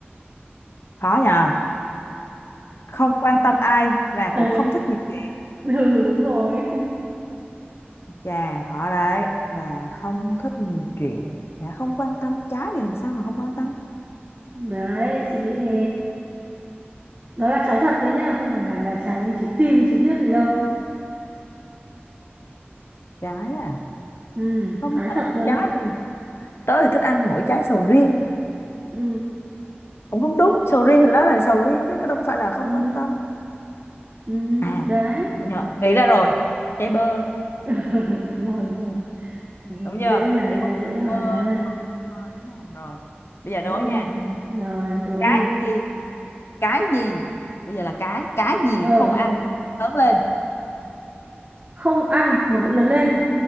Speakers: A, on the left; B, on the right.
A: khó nhờ không quan tâm ai và
B: ừ,
A: cũng không thích nhiều chuyện
B: ừ đúng rồi
A: chà khó đấy và không thích nhiều chuyện đã không quan tâm trái thì làm sao mà không quan tâm
B: đấy suy nghĩ đi nó là trái thật đấy nhá không phải là là trái trái tim trái tiếc gì đâu
A: trái à
B: ừ
A: không
B: trái
A: thể
B: thật luôn
A: trái
B: đấy
A: thì tớ thì thích ăn mỗi trái sầu riêng
B: ừ
A: cũng không đúng sầu riêng thì nó là sầu riêng chứ cái đó có phải là không
B: ừ
A: quan tâm
B: ừ
A: à
B: đấy
A: Nhờ, nghĩ ra rồi chảy bơ
B: <laughs> đúng rồi đúng rồi Đúng
A: đúng
B: rồi,
A: chưa
B: dễ mà
A: chảy bơ,
B: dễ mà
A: bơ đúng không Bơ, đúng không rồi bây giờ đố
B: dễ
A: nha
B: mà rồi đố
A: cái
B: đi
A: gì cái gì bây giờ là cái cái gì
B: ờ
A: không ăn mà lớn lên
B: không ăn mà vẫn lớn lên